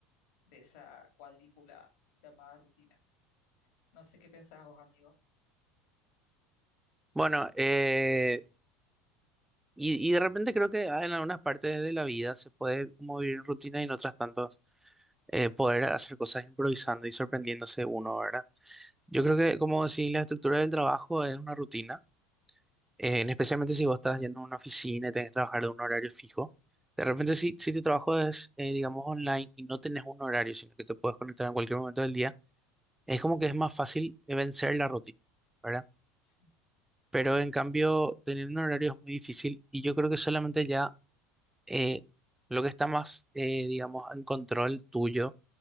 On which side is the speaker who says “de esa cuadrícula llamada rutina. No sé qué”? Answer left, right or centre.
Left